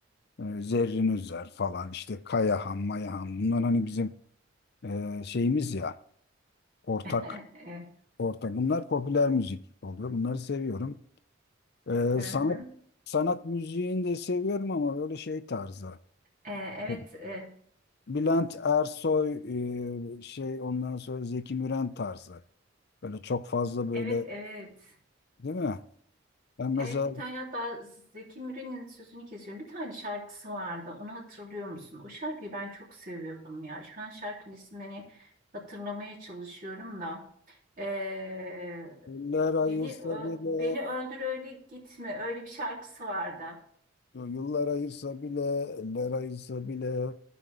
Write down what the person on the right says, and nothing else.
<laughs> Evet.
Hı
hı.
E, Evet,
e,
evet, evet.
Evet bir tane hatta Zeki Müren'in sözünü kesiyorum. Bir tane şarkısı vardı. Onu hatırlıyor musun? O şarkıyı ben çok seviyordum ya. Şu an şarkının ismini hani hatırlamaya çalışıyorum da. Ee,
beni ö-
beni öldür öyle gitme. Öyle bir şarkısı vardı.